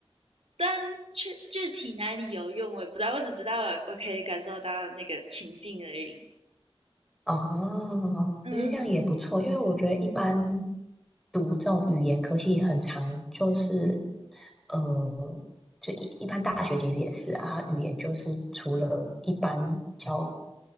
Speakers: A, on the right; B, in the centre.
A: 但具具体哪里有用我也不知道，我只知道我我可以感受到那个情境而已。
B: 哦，
A: 嗯，
B: 我觉得这样也不错，因为我觉得一般。读这种语言科系很常就是，呃，就一一般大学其实也是啊，它语言就是除了一般教，